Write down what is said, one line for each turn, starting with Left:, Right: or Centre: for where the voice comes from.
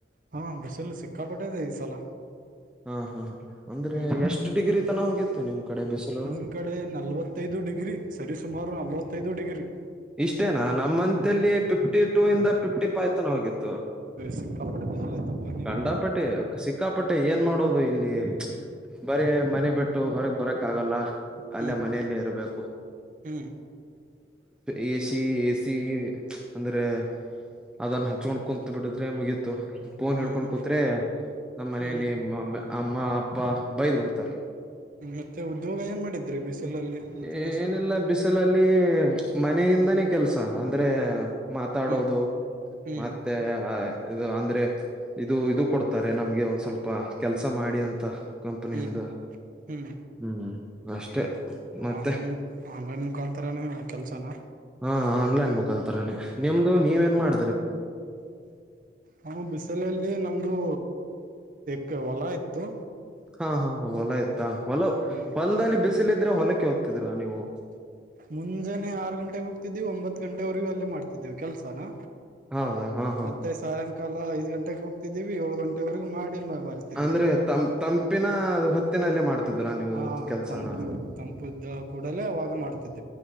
Right: ಹಾ ಬಸಲು ಸಿಕ್ಕಾಪಟ್ಟಿದೆ ಈ ಸಲ.
Centre: ಹಾ ಹಾ ಅಂದ್ರೆ
Right: ಹ್ಮ್
Centre: ಎಷ್ಟ್ ಡಿಗ್ರಿ ತನ ಹೋಗಿತ್ತು. ನಿಮ್ ಕಡೆ ಬಿಸಿಲು
Right: ನಮ್ ಕಡೆ ನಲ್ವತ್ತೈದು ಡಿಗ್ರಿ ಸರಿರಿಸುಮಾರು ನಲ್ವತ್ತೈದು ಡಿಗ್ರಿ.
Centre: ಇಷ್ಟೇನಾ ನಮ್ ಮಂತ ಅಲ್ಲಿ ಫಿಫ್ಟಿ ಟೂ ಇಂದ ಫಿಫ್ಟಿ ಫೈ್ ತನ ಹೋಗಿತ್ತು.
Right: ಸಿಕ್ಕಾಪಟ್ಟೆ ಬಿಸಿಲು ಐತಪ್ಪ ನೀವು
Centre: ಕಂಡಾಪಟ್ಟೆ ಸಿಕ್ಕಾಪಟ್ಟೆ ಏನ್ ಮಾಡ. ನೋಡದು ಇಲ್ಲಿ ಬರೀ ಮನೆ ಬಿಟ್ಟು ಹೊರಗ್ ಬರಕ್ ಆಗಲ್ಲ ಅಲ್ಲ
Right: ಹ್ಮ್
Centre: ಮನೆಯಲ್ಲೇ ಇರಬೇಕು.
Right: ಹ್ಮ್.
Centre: ಎ ಸಿ ಎ ಸಿ ಅಂದ್ರೆ ಅದನ್ನು ಹಚ್ಕೊಂಡ್ ಕುಂತ ಬಿಡಿದ್ರೆ ಮುಗ. ಫೋನ್
Right: ಹ್ಮ್
Centre: ಹೇಡ್ಕೊಂಡ್
Right: ಹ್ಮ್
Centre: ಕೂತ್ರೆೆ ನಮ್ಮ್ ಮನೆಯಲ್ಲಿ.
Right: ಹ್ಮ್
Centre: ಅಮ್ಮ ಅಪ್ಪ ಬೈದ್ ಬಿಡ್ತಾರೆ.
Right: ಮತ್ತೆ ಉದ್ಯೋಗ ಏನ್ ಮಾಡಿದ್ರಿ ಬಿಸಿಲಲ್ಲಿ ಮತ್ತೆ
Centre: ಏನಿಲ್ಲ
Right: ಬಿಸಿಲ
Centre: ಬಿಸಿಲಲ್ಲಿ. ಮನೆಯಿಂದಾನೇ ಕೆಲ್ಸ ಅಂದ್ರೆ. ಮಾತಾಡೋದು
Right: ಹ್ಮ್ ಹ್ಮ್
Centre: ಮತ್ತೆ ಇದು ಅಂದ್ರೆ. ಇದು ಇದು ಕೊಡ್ತಾರೆ ನಮ್ಗೆ ಒಂದ್ ಸ್ವಲ್ಪ ಕೆಲ್ಸ ಮಾಡಿ ಅಂತ. ಕಂಪನಿಯಿಂದ
Right: ಹ್ಮ್ ಹ್ಮ್
Centre: ಹ್ಮ್. ಅಷ್ಟೇ ಮತ್ತೆ
Right: ಆನ್ಲೈನ್ ಮು ಆನ್ಲೈನ್ ಮುಖಾಂತರನೇ ಕೆಲ್ಸನ.
Centre: ಹಾ ಆನ್ಲೈನ್ ಮುಖಳಂತರಾನನೆ ನಿಮ್ದು ನೀವೇಏನ್ ಮಾಡ.
Right: ನಾವು ಬಿಸಲಲ್ಲಿ ನಮ್ದು. ಕ ಹೊಲ ಇತ್ತು.
Centre: ಹಾ ಹಾ ಹೊಲ ಇತ್ತಾ ಹೊಲ
Right: ಹ್ಮ್
Centre: ಹೊಲದಲ್ಲಿ ಬಿಸಿಲ ಇದ್ರೆ ಹೊಲಕ್ಕೆ ಹೋಗ್ತಿದ್ರಾ ನೀವು.
Right: ಮುಂಜಾನೆ ಆರು ಗಂಟೆಗೆ ಹೋಗ್ತಿದ್ದೀ ಒಂಬತ್ ಗಂಟೆವರೆಗೂ ಅಲ್ಲಿೇ ಮಾಡ್ತಿದ್ದೀವಿ ಕೆಲ್ಸನಾ.
Centre: ಹೌದಾ ಹಾ ಹಾ
Right: ಮತ್ತೆ
Centre: ಹಾ
Right: ಸಾಯಂಕಾಲ ಐದ್ ಗಂಟೆೆಗೆ ಹೋಗ್ತಿದ್ದೀವಿ ಏಳು ಗಂಟೆವರೆಗ ಮಾಡಿ. ಬರ್ತಿದವೆ
Centre: ಅಂದ್ರೆ ತಂ ತಂಪಿನ ಹೊತ್ತಿನಲ್ಲೇ ಮಾಡ್ತಿದ್ರಾ ನೀವು
Right: ಹಾ
Centre: ಕೆಲ್ಸನ
Right: ತಂಪು ತಂಪು. ಕೂಡಲೇ ಅವಾಗ ಮಾಡ್ತಿದ್ದೆ.